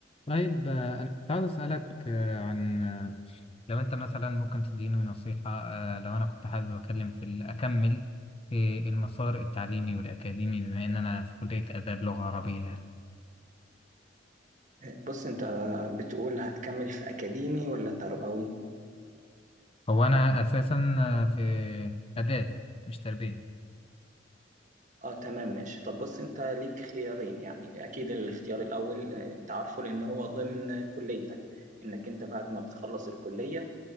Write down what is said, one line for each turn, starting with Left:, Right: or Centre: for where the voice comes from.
Left: طيب آه، أنا كنت عاوز أسألك آه، عن آه، لو أنت مثلا ممكن تديني نصيحة آه، لو أنا كنت حابب أكلم في ال- أكمل في المسار التعليمي والأكاديمي بما إن أنا في كلية آداب لغة عربية يعني
Right: بص انت بتقول هتكمل في اكاديمي ولا تربوي
Left: هو أنا أساسا آه، في آداب مش تربية
Right: اه تمام ماشي طب بص انت ليك خيارين يعني اكيد الاختيار الاول آه، انت عارفه لان هو ضمن كليتك انك انت بعد ما بتخلص الكلية